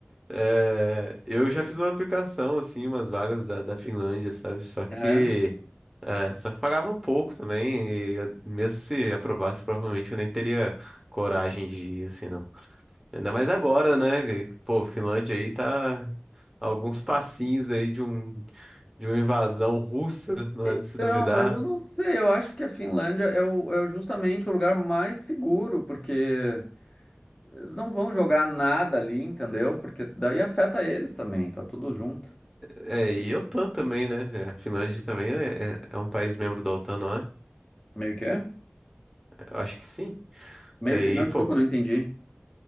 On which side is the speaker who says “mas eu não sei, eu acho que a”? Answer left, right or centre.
Left